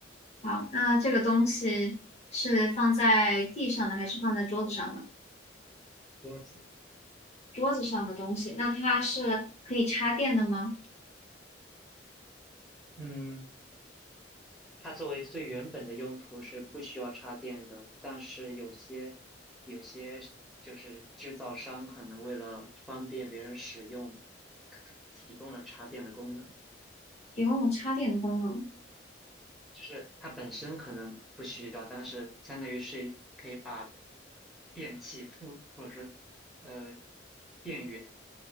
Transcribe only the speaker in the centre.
桌子。
嗯，它作为最原本的用途是不需要插电的，但是有些有些就是制造商可能为了方便别人使用，可提供了插电的功能，
就是它本身可能不需要，但是相当于是可以把电器附或者说呃。电源。